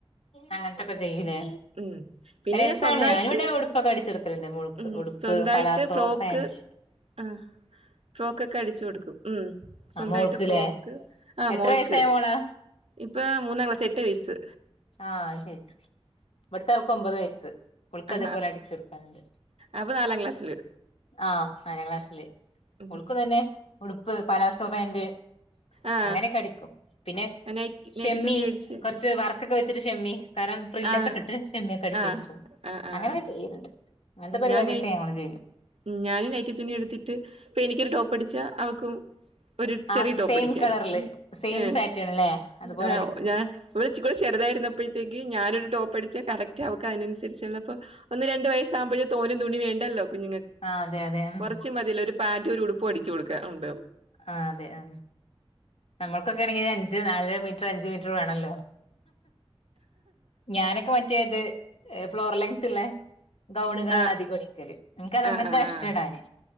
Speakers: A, on the left; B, on the right.
A: അങ്ങനത്തൊക്കെ ചെയ്യൂലേ
B: ഉം പിന്നെ
A: രസമാണ്
B: ഞാൻ സ്വന്തായിട്ട്
A: ഞാന ഇവിടെ ഉടുപ്പൊക്കെ അടിച്ചുടുക്കലുണ്ട് മോൾക്ക്
B: ഉം
A: ഉടുപ്പ്
B: സ്വന്തായിട്ട്
A: പലാസോ
B: ഫ്രോക്ക്
A: പാൻച്
B: ആ ഫ്രോക്ക് ഒക്കെ അടിച്ചു കൊടുക്കും ഉം സ്വന്തമായിട്ട്
A: ആ മോൾക്ക്ല്ലേ
B: ഫ്രോക്ക് ആ
A: എത്ര
B: മോൾക്ക്
A: വയസ്സായ മോളാ
B: ഇപ്പൊ മൂന്നാം ക്ലാസ്സ് എട്ടു വയസ്
A: ആഹ ശരി ഇവിടുത്തെ ആർക്ക് ഒമ്പത് വയ സ്സ് ഓൾക്ക്
B: ആ
A: അതേപോലെ അടിച്ചുടുക്കാനുണ്ട്
B: അപ്പൊ നാലാം ക്ലാസ്സില്
A: ആഹ നാലാം ക്ലാസ്ല്ല്
B: ഉം
A: ഓളുക്കും തന്നെ ഉടുപ്പ് പലാസ പാന്റ്
B: ആ
A: അങ്ങനെ അടിക്കും പിന്നെ
B: നൈറ്റി
A: ഷെമ്മി
B: നൈറ്റി തുണി മേടിച്ച്
A: കുറച്ച് വർ ഷമ്മി ഞാന് ഫ്രില്ലൊക്കെട്ടിട്ട്
B: ആ
A: ഷിമ്മിയൊക്കെടിച്ച്
B: ആ
A: കൊടുക്കും.
B: ആ ആ
A: അങ്ങനെയൊക്കെ ചെയ്യലുണ്ട്. ങ്ങനത്തെ പരിപാടിയക്കെ
B: ഞാൻ നൈ
A: ഞങ്ങള് ചെയും.
B: ഉം ഞാനും നൈറ്റിത്തുണിയെടുത്തിട്ട് ഇപ്പെനിക്കൊരു ടോപ്പടിച്ചാ അവക്കും ഒരു ചെറിയ
A: ആ
B: ടോപ്പ്
A: സെയിം
B: അടിക്കാൻ
A: കളറില് സെയിം
B: ഏ
A: പാറ്റേൺ അല്ലേ അതുപോലെ
B: ആ
A: അടിക്കും
B: ഞാൻ വിടെ ച്ചിരക്കൂടെ ചെറുതായിരുന്നപ്പഴത്തേക്ക് ഞാനൊരു ടോപ്പടിച്ചാ കറക്റ്റ് അവക്കയിനനുസരി രിചെലപ്പോ ഒന്ന് രണ്ട് വയസ് സാമ്പഴ് തോനും തുണി വേണ്ടല്ലോ കുഞ്ഞു
A: ആ അതെ അതെ ഉം
B: കൊറച്ച് മതീല്ലോരു പാന്റും ഒരു ഉടുപ്പും അടിച്ചു കൊടുക്ക ഒണ്ട്
A: ആ അതെ ആ നമ്മൾക്കൊക്കെയാണെങ്കി അഞ്ച് നാലര മീറ്റർ അഞ്ചു മീറ്റർ വേണല്ലോ ഞാനൊക്കെ മറ്റേയത് ഏ ഫ്ലോർ ലെങ്ത്ത്ല്ലേ ഗൗണുകളാണ്
B: ആഹ്
A: അധികടിക്കല്ലേ എനിക്കത് അങ്ങനത്തെ
B: ആഹ് ആഹ്
A: ഇഷ്ട
B: ആഹ്
A: ഇടാന്